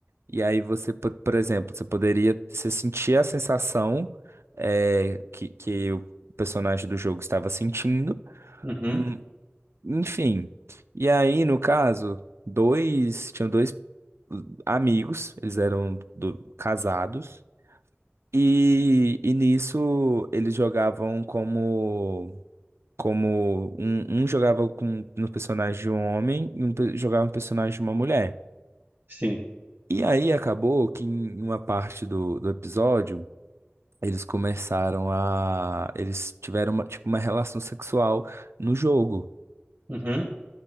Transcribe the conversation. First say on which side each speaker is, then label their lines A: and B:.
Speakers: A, on the right (about 85°); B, on the right (about 65°).
A: E aí você, po- por exemplo, você poderia você sentir a sensação eh, que, que o personagem do jogo estava sentindo.
B: uhum.
A: Hum, Enfim. E aí, no caso, dois, tinham dois amigos, eles eram do- casados. E, e nisso eles jogavam como como um, um jogava com no personagem de um homem e um pe- jogava no personagem de uma mulher.
B: Sim.
A: E aí acabou que em uma parte do, do episódio Eles começaram a. Eles tiveram uma, tipo, uma relação sexual no jogo.
B: Uhum,